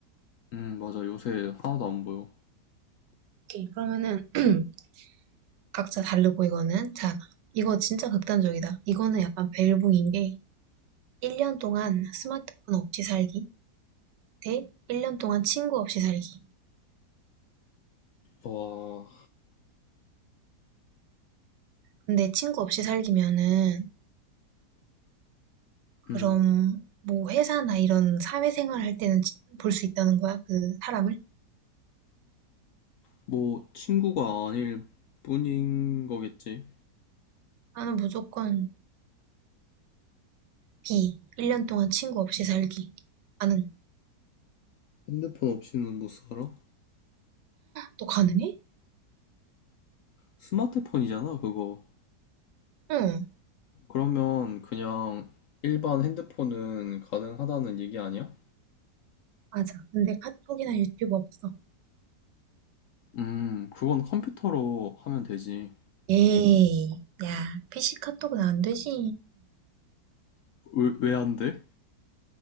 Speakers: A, on the left; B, on the right.
A: 음 맞아 요새 하나도 안 보여.
B: 오케이. 그러면은 <clears throat> 각자 다르고 이거는 자, 이거 진짜 극단적이다. 이거는 약간 벨붕인 게 1년 동안 스마트폰 없이 살기 대 1년 동안 친구 없이 살기.
A: 와,
B: 근데 친구 없이 살기면은
A: 음,
B: 그럼 뭐 회사나 이런 사회생활 할 때는 볼 수 있다는 거야? 그 사람을?
A: 뭐 친구가 아닐 뿐인 거겠지.
B: 나는 무조건 B. 1년 동안 친구 없이 살기. 나는
A: 핸드폰 없이는 못 살아?
B: 또 가능해?
A: 스마트폰이잖아, 그거.
B: 응.
A: 그러면 그냥 일반 핸드폰은 가능하다는 얘기 아니야?
B: 맞아. 근데 카톡이나 유튜브 없어.
A: 음, 그건 컴퓨터로 하면 되지.
B: 에이, 야, PC 카톡은 안 되지.
A: 왜, 왜 안 돼?